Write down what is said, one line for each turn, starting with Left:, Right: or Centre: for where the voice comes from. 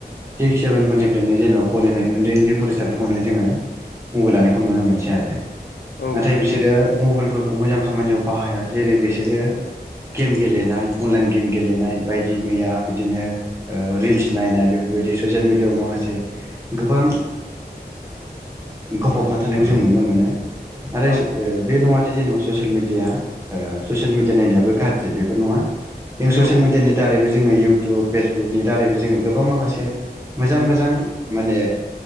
Right: सिक्स सेभेन फोरनिफ्रायनो जेनेबा फरायनाय उन्दै उन्दै फरायसाफोरखौनो जोङो मबाइल लानायखौ नुनो मोनसै आरो।
Left: औ
Right: नाथाय
Left: नोंथां
Right: बिसोरो
Left: औ
Right: मबाइल खौ मोजां खामानियाव बाहाया जेरै बिसोरो गेम गेलेनाय अनलाइन गेम गेलेनाय बायदि मैया बिदिनो रिल्स नायनाय बेफोरबायदि ससियेल मेडियाआव माखासे गोबां गफबना थानायखौ जों नुनो मोनो। आरो
Left: औ
Right: बे नङादे जेनेबा। ससियेल मिडिया ससियेल मिडिया नायनायाबो गाज्रि बेफोर नङा जों ससियेल
Left: औ
Right: मिडियानि दारैबो जोङो इउ थु फेसबुकनि दारैबो जोङो गोबां माखासे मोजां मोजां माने